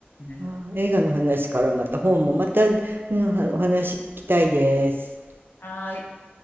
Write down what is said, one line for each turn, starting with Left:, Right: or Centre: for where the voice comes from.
Left: ね。
Right: あー映画の話からまた本もまた、うん、お話聞きたいです。
Left: はーい。